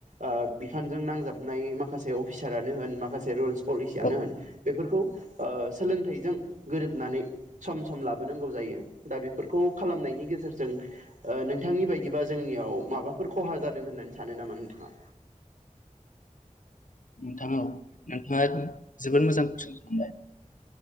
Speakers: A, on the right; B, on the left.
A: ओ बिफानजों नांजाबनाय माखासे अफिसारानो होन माखासे रुल्स पलिसियानो
B: औ
A: होन बेफोरखौ ओ सोलोंथाइजों गोरोबनानै सम सम लाबोनांगौ जायो दा बेफोर खौ खालामनायनि गेजेरजों ओ नोंथांनि बायदिबा जोंनियाव माबाफोर खहा जादों होननानै सानो नामा नामा नोंथाङा?
B: <inaudible> <unintelligible> नोंथां औ नोंथाङा जोबोद मोजां कुइसन खालामबाय